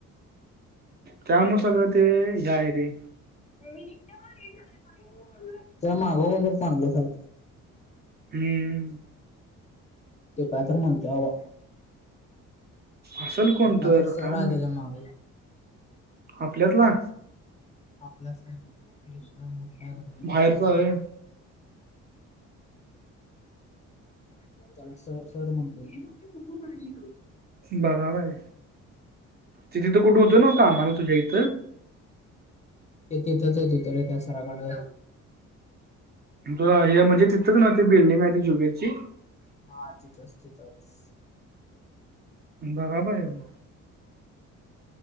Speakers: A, on the right; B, on the left.
A: त्यामु सगळं ते ह्या आहे रे.
B: मी निघते मग <unintelligible> त्या <unintelligible> जर चांगलं झाल.
A: हम्म.
B: ते काय तर म्हणत बा?
A: असेल कोण
B: कुठला तर सर
A: काय
B: आहे
A: माहित
B: त्याच्या माग.
A: आपल्यातला
B: आपल्या स <unintelligible> मोठा काय करू
A: बाहेरचा होय
B: <unintelligible> त्याला सर-सर म्हण. हे मग तू नको काळजी करू.
A: बघा बाय तिथे तर कुठे होतं ना आम्हाला तुझ्या इथ
B: ते तिथंच येत हो तरे त्या सराकडे
A: तुला हे म्हणजे तिथंच ना ते बिल्डिंग आहे ती जुबेरची.
B: हा तिथसं- तिथंच.
A: बगा बाय मग.